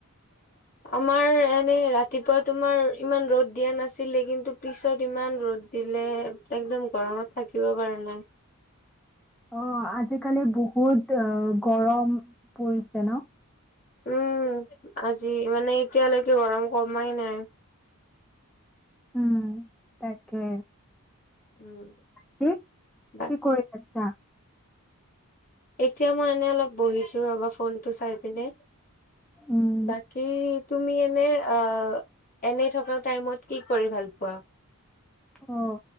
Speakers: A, on the left; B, in the centre.
A: <inaudible> আমাৰ এনে ৰাতিপুৱা তোমাৰ ইমান ৰ'দ দিয়া নাছিলে। কিন্তু পিছত ইমান ৰ'দ দিলে একদম গৰমত থাকিব পাৰো নাই।
B: অ', আজিকালি বহুত অ' গৰম পৰিছে ন?
A: উ'ম, আজি মানে এতিয়ালৈকে গৰম কমাই নাই।
B: উ'ম, তাকে।
A: উ'ম।
B: কি,
A: বাকী
B: কি কৰি আছা?
A: এতিয়া মই এনে অলপ বহিছো ৰবা ফোনটো চাই পিনে,
B: উম,
A: বা কি তুমি এনে অ এনে থকা টাইমত কি কৰি ভাল পোৱা?
B: অ'